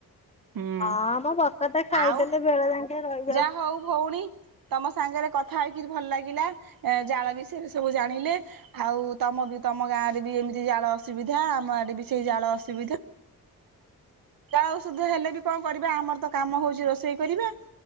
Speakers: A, on the right; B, on the left.
A: ହୁଁ
B: ହଁ ମ, ବକତେ ଖାଇଦେଲେ,
A: ଆଉ
B: ବେଳେ ଯାଙ୍କେ ରଇ ଯାଉଚୁ।
A: ଯାହା ହଉ ଭଉଣୀ ତମ ସାଙ୍ଗରେ କଥା ହେଇକିରି ଭଲ ଲାଗିଲା, ଏ ଜାଳ ବିଷୟରେ ସବୁ ଜାଣିଲେ। ଆଉ ତମ ବି ତମ ଗାଁ ରେ ବି ଏମିତି ଜାଳ ଅସୁବିଧା, ଆମ ଆଡେ ବି ସେଇ ଜାଳ ଅସୁବିଧା ଆଉ ସୁଧ ହେଲେ ବି କଣ କରିବା, ଆମର ତ କାମ ହଉଛି ରୋଷେଇ କରିବା,